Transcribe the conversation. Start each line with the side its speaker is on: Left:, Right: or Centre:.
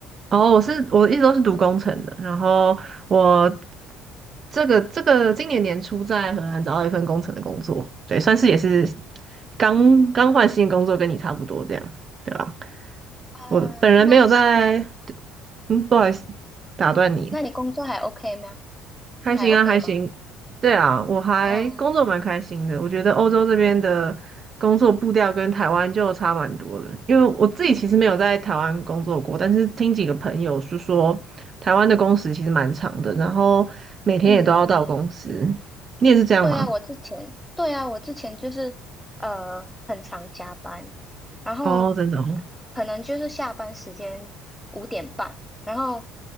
Right: 哦，我是我一直都是读工程的，然后我这个这个今年年初在荷兰找到一份工程的工作，对，算是也是刚刚换新工作，跟你差不多这样，对吧？
Centre: 啊？
Right: 我本人没有在，
Centre: 那是你
Right: 嗯，不好意思，打断你，
Centre: 那你工作还 OK 吗？
Right: 还行啊，
Centre: 还 OK
Right: 还行，
Centre: 吗？
Right: 对啊，我还工作蛮开心的，
Centre: 啊，
Right: 我觉得欧洲这边的工作步调跟台湾就差蛮多的，因为我自己其实没有在台湾工作过，但是听几个朋友是说，台湾的工时其实蛮长的，然后每天也都要到公司，
Centre: 嗯嗯。
Right: 你也是这样吗？
Centre: 对啊，我之前，对啊，我之前就是呃很常加班，然后
Right: 哦，真的哦，
Centre: 可能就是下班时间五点半，然后